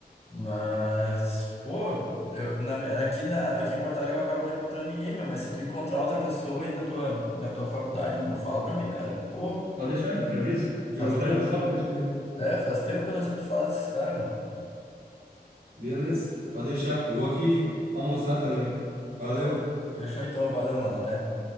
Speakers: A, on the left; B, on the right.
A: Mas, pô, eu, na- aqui, na, aqui em Porto Alegre eu acabo não encontrando ninguém, meu. Mas se tu encontrar outra pessoa aí na tua, na tua faculdade, meu, fala pra mim, cara. Pô,
B: Pode deixar, meu. Te aviso. Eu
A: faz
B: até
A: tempo
B: mando foto
A: que eu,
B: pra ti daí.
A: é, faz tempo que eu não escuto falar desses caras, mano.
B: Beleza. Pode deixar. Eu vou aqui almoçar também. Valeu.
A: Ah, não. Fechou então, valeu, mano, até.